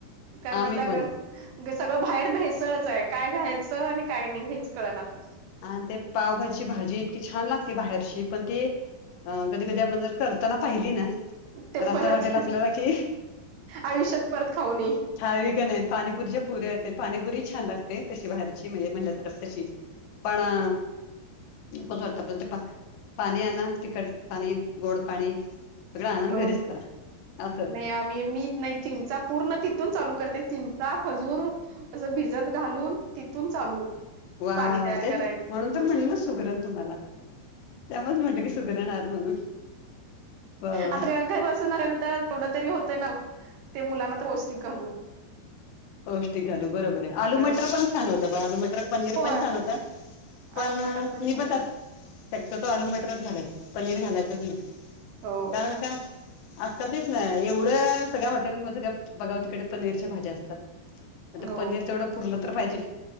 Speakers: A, on the right; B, on the left.
A: कारण
B: आम्ही
A: आता
B: पण
A: ग ग सगळं बाहेर भेसळचं हाय, काय घ्यायचं आणि काय नाही, हेच कळना आता.
B: आन ते पावभाजीची भाजी इतकी छान लागते बाहेरची पण ती अ कधी कधी आपण जर करताना पाहिली ना
A: ते
B: तर
A: परत
B: असं वाटेल आपल्याला की
A: आयुष्यात परत खाऊ नये.
B: <unintelligible> क नयी पाणीपुरीच्या पुऱ्या ते पाणीपुरीही छान लागते तशी बाहेरची म्हणजे म्हणलं तर तशी. पण अ नकोच वाटत आपल्याल ते पा, पाणी आना तिखट पाणी, गोड पाणी. सगळा आनंद
A: हो,
B: घरीच करा. असं
A: नाही आम्ही मी नाही चिंचा पूर्ण तिथून चालू करतें चिं चा, खजूर अस भिजत घालून तिथून चालू,
B: वा
A: पाणी
B: वा
A: तयार
B: वा तेच
A: कराय
B: म्हणून तर म्हणलं ना सुगरण तुम्हाला, त्यामुळेच म्हटलं कि सुगरण आहात म्हणून. वा वा वा
A: आत्र घरी बसून आल्यानंतर तोंडात तरी हे होतय ना मग ते मुलांना तर पौष्टिक घालू.
B: पौष्टिक घालू बरोबर आहे आलू
A: हा
B: मटर पण छान होतं, बा आलू मटर पनीर
A: होय
B: पण छान होत. पण
A: आलू मटर
B: अ मी
A: छान
B: पण
A: होते
B: त्यात शक्यतो आलू मटरच घालायचं, पनीर घालायचंच नाही
A: हो
B: कारण का आजकाल तेच ना एवढं सगळ्या हॉटेल्समध्ये सगळ्या बघाव तिकडे पनीरच्या भाज्या असतात. आता
A: हो
B: पनीर तेवढं पुरलं तर पाहिजे,